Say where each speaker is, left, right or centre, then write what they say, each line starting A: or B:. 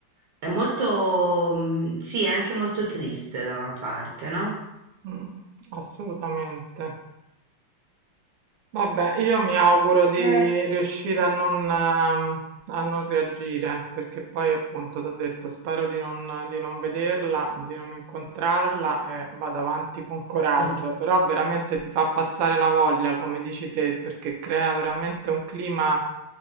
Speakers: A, on the right; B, on the right.
A: è molto, mm, sì, è anche molto triste da una parte, no?
B: Mm, assolutamente. Vabbè, io mi auguro di
A: Eh,
B: riuscire a non, ehm, a non reagire, perché poi appunto ti ho detto, spero di non, di non vederla, di non incontrarla e vado avanti con coraggio,
A: Mm.
B: però veramente ti fa passare la voglia, come dici te, perché crea veramente un clima